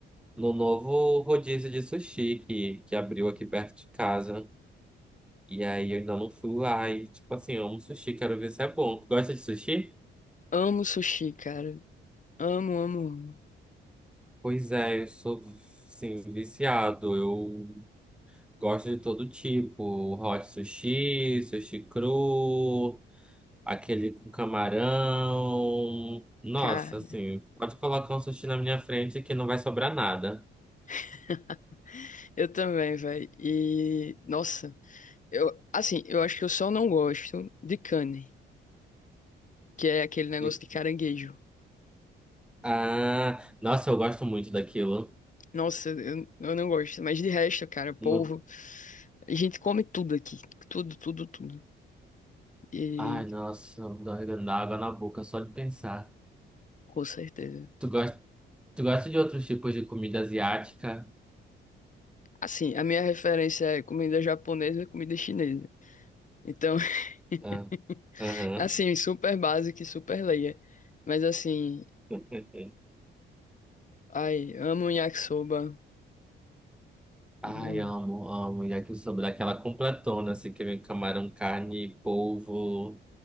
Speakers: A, in the centre; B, on the left.
A: num novo rodízio de sushi que, que abriu aqui perto de casa. E aí eu ainda não fui lá. E, tipo assim, eu amo sushi, quero ver se é bom. Tu gosta de sushi?
B: Amo sushi, cara. Amo, amo, amo.
A: Pois é, eu sou, sim, viciado. Eu gosto de todo tipo. Hot sushi, sushi cru, aquele com camarão. Nossa,
B: Cara,
A: assim, pode colocar um sushi na minha frente que não vai sobrar nada.
B: <laughs> eu também, velho. E, nossa, eu, assim, eu acho que eu só não gosto de carne, que é aquele negócio
A: De-
B: de caranguejo.
A: Ah, nossa, eu gosto muito daquilo.
B: Nossa, eu, eu não gosto. Mas de resto, cara, polvo.
A: Não-
B: A gente come tudo aqui. Tudo, tudo, tudo. E
A: Ai, nossa, dá dá água na boca só de pensar.
B: com certeza.
A: Tu gosta, tu gosta de outros tipos de comida asiática?
B: Assim, a minha referência é comida japonesa e comida chinesa. Então, <laughs>
A: Ah, aham.
B: assim, super básico e super leia Mas assim,
A: <laughs>
B: ai, amo yakisoba.
A: Ai,
B: Hum,
A: amo, amo. Yakisoba, daquela completona, assim, que vem camarão, carne, polvo